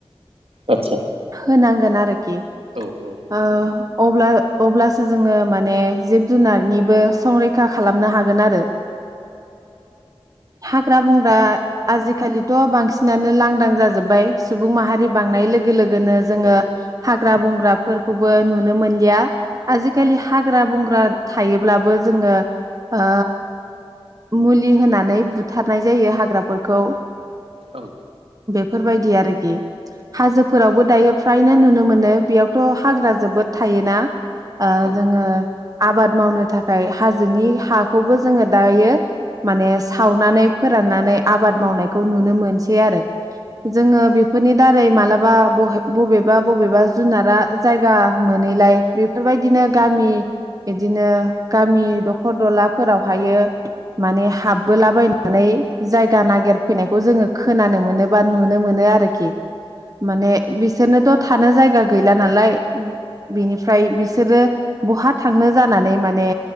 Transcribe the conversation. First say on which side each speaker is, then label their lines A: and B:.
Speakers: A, on the right; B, on the right.
A: आतसा
B: होनांगोन आरोखि
A: औ औ
B: ओ अब्ला। अब्लासो जोङो माने जिब जुनारनिबो संरैखा खालामनो हागोन आरो हाग्रा बंग्रा आजिखालिथ' बांसिनानो लांदां जाजोब्बाय सुबुं माहारि बांनाय लोगो लोग गोनो
A: औ
B: जोङो हाग्रा बंग्रा फोरखौबो नुनो मोनलिया आजिखालि हाग्रा बंग्रा थायोब्लाबो जोङो ओ मुलि होनानै बुथारनाय जायो हाग्राफोर खौ
A: औ
B: फोरबायदि आरोखि हाजोफोरावबो दायो फ्रायनो नुनो मोनो बेयावथ' हाग्रा जोबोद थायोना ओ
A: औ
B: जोङो आबाद मावनो थाखाय हाजोनि हाखौबो जोङो दायो माने सावनानै फोराननानै आबाद मावनायखौ नुनो मोनसै आरो जोङो बेफोरनि दारै मालाबा बहाय बबेबा बबेबा जुनारा जायगा मोनैलाय बेफोरबायदिनो गामि इदिनो गामि दखर दलाफोरावहायो माने हाबबोलाबायनानै जायगा नागिरफैनायखौ जोङो खोनानो मोनो बा नुनो मोनो आरोखि माने बिसोरनोथ' थानो जायगा गैला नालाय बिनिफ्राय बिसोरो बहा थांनो जानानै माने